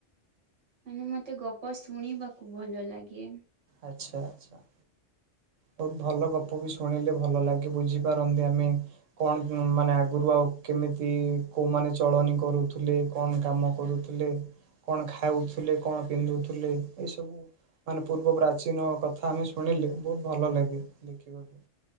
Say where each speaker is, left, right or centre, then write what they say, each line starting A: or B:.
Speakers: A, on the right; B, on the right.
A: ମାନେ ମତେ ଗପ ଶୁଣିବାକୁ ଭଲ ଲାଗେ।
B: ଆଚ୍ଛା ଆଚ୍ଛା। ବହୁତ ଭଲ ଗପ ବି ଶୁଣିଲେ ଭଲ ଲାଗେ ବୁଝିପାରନ୍ତି ଆମେ। କଣ ମାନେ ଆଗରୁ ଆଉ କେମିତି କୋଉମାନେ ଚଳଣି କରୁଥିଲେ କଣ କାମ କରୁଥୁ ଥିଲେ କଣ ଖାଉଥିଲେ କଣ ପିନ୍ଧୁଥିଲେ ଏଇ ସବୁ। ମାନେ ପୂର୍ବ ପ୍ରାଚୀନ କଥା ଆମେ ଶୁଣିଲେ ବହୁତ ଭଲ ଲାଗେ ଦେଖିବାକୁ